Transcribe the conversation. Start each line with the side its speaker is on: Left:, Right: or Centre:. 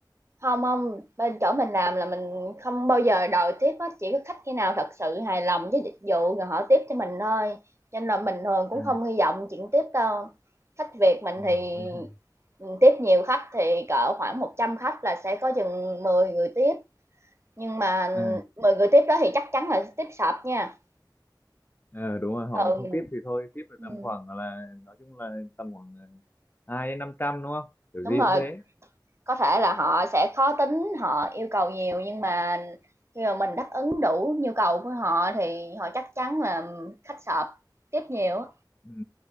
Right: Hông, hông, bên chỗ mình làm là mình không bao giờ đòi tiếp hết, chỉ có khách khi nào thật sự hài lòng với dịch vụ rồi họ tiếp cho mình thôi, cho nên là mình thường cũng
Left: à,
Right: không hy vọng chuyện tiếp đâu. Khách Việt mình
Left: à,
Right: thì,
Left: thế hả?
Right: ừ, tiếp nhiều khách thì cỡ khoảng 100 khách là sẽ có chừng 10 người tiếp, nhưng mà
Left: à,
Right: 10 người tiếp đó thì chắc chắn là tiếp sập nha,
Left: Ờ, đúng rồi họ
Right: thường
Left: mà không
Right: mình
Left: tiếp thì thôi tiếp là
Right: ừm,
Left: tầm khoảng là nói chung là tầm khoảng ờ, hai đến năm trăm đúng không kiểu
Right: đúng
Left: gì
Right: rồi.
Left: cũng thế
Right: Có thể là họ sẽ khó tính, họ yêu cầu nhiều nhưng mà khi mà mình đáp ứng đủ nhu cầu của họ thì họ chắc chắn là khách sộp tiếp nhiều
Left: Ừ.